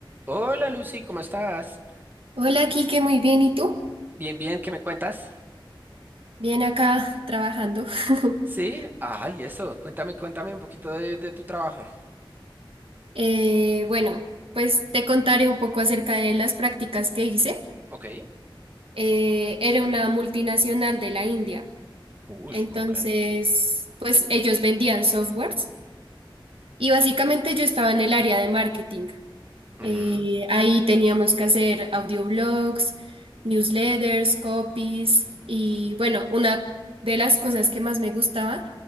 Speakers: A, on the right; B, on the right.
A: Hola Lucy, ¿cómo estás?
B: Hola, Kike, muy bien. ¿Y tú?
A: Bien, bien, ¿qué me cuentas?
B: Bien acá trabajando. <laughs>
A: Sí, ay, eso, cuéntame, cuéntame un poquito de, de tu trabajo.
B: Eh, bueno, pues te contaré un poco acerca de las prácticas que hice.
A: Ok.
B: Eh, era una multinacional de la India.
A: Ush.
B: Entonces,
A: ok.
B: pues ellos vendían softwares y básicamente yo estaba en el área de marketing.
A: Ujú.
B: Eh, ahí teníamos que hacer audioblogs, newsletters, copies y bueno, una de las cosas que más me gustaba